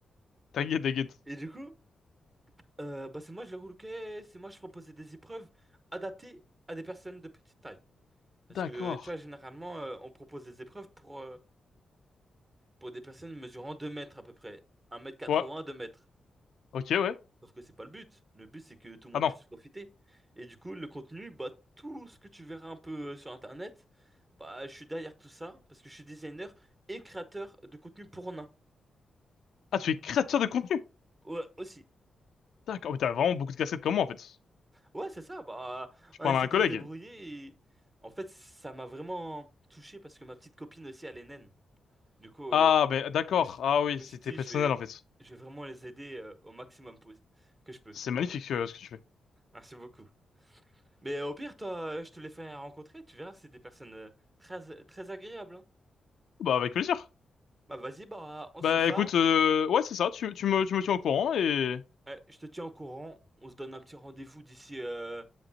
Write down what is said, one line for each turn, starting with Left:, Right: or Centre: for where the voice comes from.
Left: T'inquiète, t'inquiète.
Right: Et du coup, euh, bah, c'est moi je les relookais, c'est moi je proposais des épreuves adaptées à des personnes de petite taille. Parce
Left: D'accord.
Right: que tu vois, généralement, euh, on propose des épreuves pour, euh, pour des personnes mesurant 2 mètres à peu près. 1m80,
Left: Ouais.
Right: 2 mètres.
Left: Ok, ouais.
Right: Sauf que c'est pas le but. Le but, c'est que tout le
Left: Ah
Right: monde
Left: non.
Right: puisse profiter. Et du coup, le contenu, bah, tout ce que tu verras un peu euh, sur Internet, bah, je suis derrière tout ça parce que je suis designer et créateur de contenu pour nains.
Left: Ah, tu es créateur de contenu.
Right: Ouais, aussi.
Left: D'accord. Mais t'as vraiment beaucoup de casquettes comme moi, en fait.
Right: Ouais, c'est ça. Bah,
Left: Je
Right: on
Left: parle
Right: essaie
Left: à un
Right: de
Left: collègue.
Right: se débrouiller et en fait, ça m'a vraiment touché parce que ma petite copine aussi, elle est naine. Du coup,
Left: Ah,
Right: euh,
Left: ben, d'accord.
Right: je me suis
Left: Ah oui,
Right: je me
Left: c'était
Right: suis dit,
Left: personnel,
Right: je vais,
Left: en fait.
Right: je vais vraiment les aider euh, au maximum pos- que je peux.
Left: C'est magnifique, euh, ce que tu fais.
Right: Merci beaucoup. Mais au pire, toi, euh, je te les fais rencontrer, tu verras, c'est des personnes euh, très, très agréables. hein.
Left: Bah, avec plaisir.
Right: Bah vas-y, bah on
Left: Bah,
Right: se fait ça.
Left: écoute, euh, ouais, c'est ça. Tu, tu me, tu me tiens au courant et...
Right: Euh, je te tiens au courant. On se donne un petit rendez-vous d'ici euh,